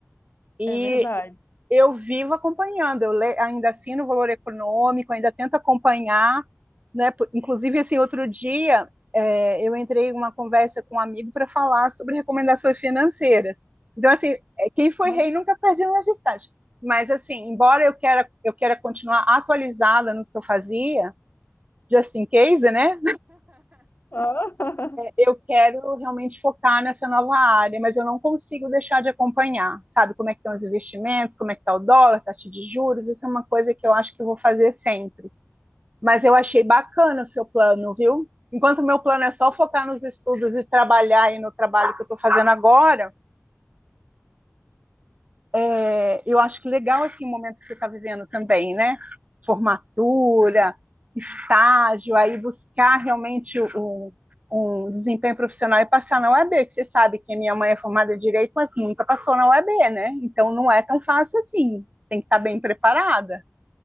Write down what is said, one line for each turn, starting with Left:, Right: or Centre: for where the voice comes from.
Right: e
Left: É verdade.
Right: eu vivo acompanhando. Eu le... ainda assino o valor econômico, ainda tento acompanhar, né? Inclusive, assim, outro dia é, eu entrei em uma conversa com um amigo para falar sobre recomendações financeiras. Então, assim, é, quem foi
Left: Bacana.
Right: rei nunca perde a majestade. Mas, assim, embora eu queira, eu queira continuar atualizada no que eu fazia, just in case, né?
Left: <laughs>
Right: Eu quero realmente focar nessa nova área, mas eu não consigo deixar de acompanhar, sabe? Como é que estão os investimentos, como é que está o dólar, taxa de juros, isso é uma coisa que eu acho que eu vou fazer sempre. Mas eu achei bacana o seu plano, viu? Enquanto o meu plano é só focar nos estudos e trabalhar aí no trabalho que eu estou fazendo agora, é, eu acho que legal assim, o momento que você está vivendo também, né? Formatura, estágio, aí buscar realmente um, um desempenho profissional e passar na UAB, que você sabe que a minha mãe é formada em Direito, mas nunca passou na UAB, né? Então não é tão fácil assim, tem que estar bem preparada.